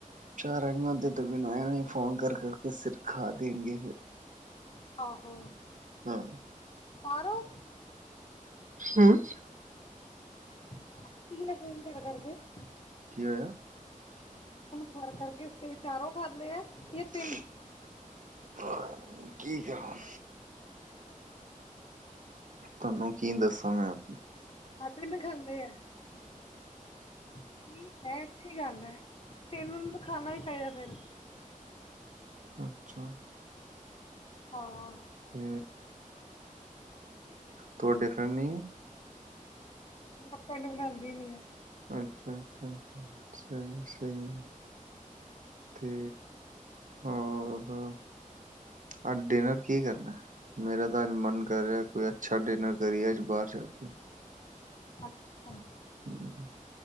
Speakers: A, on the right; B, on the left.
A: <unintelligible> ਫੋਨ ਕਰ -ਕਰ ਕਰਕੇ ਸਿਰ ਖਾ ਦੇਣਗੇ ਫਿਰ।
B: ਆਹੋ।
A: ਹਾਂ।
B: ਪਾਰੋ।
A: ਹੈ <unintelligible>
B: <unintelligible>
A: ਕੀ ਹੋਇਆ?
B: ਫੋਨ ਕਰ-ਕਰ ਕੇ ਸਿਰ ਚਾਰੋ ਖਾਦੇ ਆ। ਤਿੰਨ
A: <unintelligible> ਆਹ ਠੀਕ ਆ <inaudible> ਤੁਹਾਨੂੰ ਕੀ ਦੱਸਾਂ ਮੈਂ?
B: ਮਤਲਬ <unintelligible> ਖਾਂਦੇ ਆ ਠੀਕ ਹੈ ਅੱਛੀ ਗੱਲ ਹੈ ਫਿਰ ਉਹਨਾ ਨੂੰ ਖਾਣਾ ਹੀ ਚਾਹਿਦਾ ਫਿਰ
A: ਅੱਛਾ।
B: ਹਾਂ।
A: ਤੇ, ਤੁਹਾਡੇ ਫਰੈਂਡ ਨਹੀਂ ਐ?
B: ਆਪਾਂ ਨੂੰ ਬਣਾਦੀ ਨਹੀ ਐ
A: ਅੱਛ-ਅੱਛਾ, ਅੱਛਾ ਅੱਛਾ, ਸਹੀ ਐ- ਸਹੀ ਐ। ਤੇ ਹੋਰ? ਆਹ ਡਿਨਰ ਕੀ ਕਰਨਾ? ਮੇਰਾ ਤਾਂ ਅੱਜ ਮਨ ਕਰ ਰਿਹਾ ਕੋਈ ਅੱਛਾ ਡਿਨਰ ਕਰੀਏ ਅੱਜ ਬਾਹਰ ਜਾ ਕੇ
B: <unintelligible>
A: ਹਮ।